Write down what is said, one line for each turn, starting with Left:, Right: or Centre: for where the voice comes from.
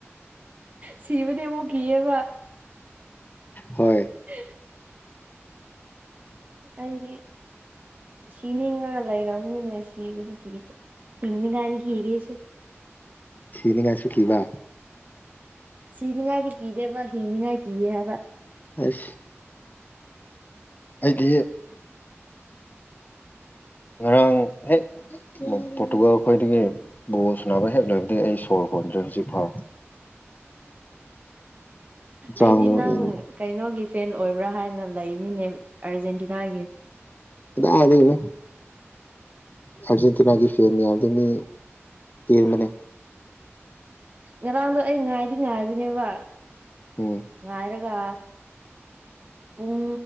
Right: ꯁꯤꯕꯗꯤ ꯃꯨꯛ ꯀꯑꯕ
Left: ꯍꯣꯏ
Right: ꯑꯦ ꯑꯩꯗꯤ ꯁꯤꯅꯤꯉꯔ ꯂꯩꯔꯝꯅꯤꯅꯦ ꯁꯤꯕꯨꯗꯤ ꯀꯤꯔꯦ ꯍꯤꯡꯅꯤꯡꯉꯥꯏꯅ ꯀꯤꯔꯤꯁꯦ
Left: ꯁꯤꯅꯤ ꯉꯥꯏꯁꯨ ꯀꯤꯕ
Right: ꯁꯤꯅꯤꯡꯉꯥꯏꯗꯤ ꯀꯤꯗ‌ꯦꯕ ꯍꯤꯡꯅꯤꯡꯉꯥꯏ ꯀꯤꯑ ꯍꯥꯏꯕ
Left: ꯑꯁ ꯑꯩꯗꯤ ꯉꯔꯥꯡ ꯍꯦꯛ ꯄꯣꯔꯇꯨꯒꯥꯜ ꯈꯈꯣꯏꯗꯒꯤ ꯕꯣ ꯁꯨꯅꯕ ꯍꯦꯛ ꯂꯣꯏꯕꯗꯒꯤ ꯑꯩ ꯁꯣꯔ ꯍꯣꯟꯗ꯭ꯔꯦ ꯍꯧꯖꯤꯛ ꯐꯥꯎ ꯍꯛꯆꯥꯡꯗꯣ
Right: ꯑꯩꯗꯤ ꯅꯪ
Left: ꯎꯝ
Right: ꯀꯩꯅꯣꯒꯤ ꯐꯦꯟ ꯑꯣꯏꯕ꯭ꯔꯥ ꯍꯥꯏꯅ ꯂꯩꯅꯤꯅꯦ ꯑꯥꯔꯖꯦꯟꯇꯤꯅꯥꯒꯤ
Left: ꯀꯗꯥꯏꯗꯩꯔꯥ ꯑꯔꯖꯦꯟꯇꯤꯅꯥꯒꯤ ꯐꯦꯔꯅꯤ ꯌꯥꯗ ꯃꯤ ꯇꯝꯃꯅꯦ
Right: ꯉꯔꯥꯡꯗꯣ ꯑꯩ ꯉꯥꯏꯗꯤ ꯉꯥꯏꯕꯅꯦꯕ
Left: ꯎꯝ
Right: ꯉꯥꯏꯔꯒ ꯄꯨꯡ